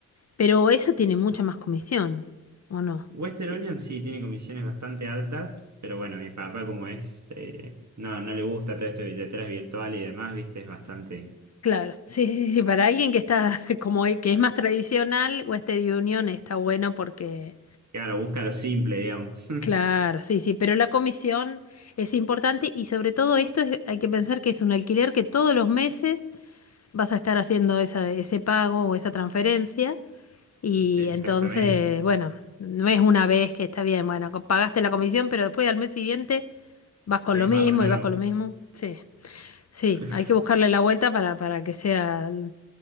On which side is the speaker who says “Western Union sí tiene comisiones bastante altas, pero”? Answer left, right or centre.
Right